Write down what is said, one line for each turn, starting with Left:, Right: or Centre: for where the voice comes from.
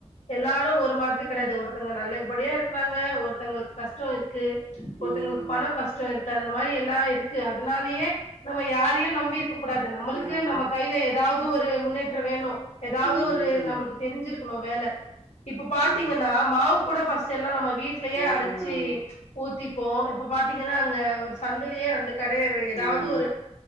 Left: எல்லாரும் ஒரு மாதிரி கெடயாது ஒருத்தங்க நல்லபடியா இருக்குறாங்க ஒருத்தங்களுக்கு கஷ்ட்டோ இருக்கு ஒருத்தங்ளுக்கு
Right: ம்
Left: பணோ கஷ்டம் இருக்கு அந்த மாரி எல்லா இருக்கு அதுனாலேயே நம்ம யாரியும் நம்பி இருக்கக் கூடாது நம்மளுக்கு
Right: ஆமா
Left: நம்ம கையில எதாவ்து ஒரு முன்னேற்றம் வேணும் எதாவ்து
Right: ம்
Left: ஒரு
Right: ம்
Left: நம்ளுக்கு தெரிஞ்சிருக்கணு வேல இப்ப பாத்தீங்கன்னா
Right: ஆமா
Left: மாவு கூட ஃபர்ஸ்ட்டெல்லா நம்ம வீட் லயே
Right: ஆமா
Left: அரிச்சி
Right: ஆமா
Left: ஊத்திப்போம் இப்ப பாத்தீங்கன்னா அங்க ஒரு சந்துலயே ரெண்டு கடைய வை எதாவ்து
Right: ஆமா
Left: ஒரு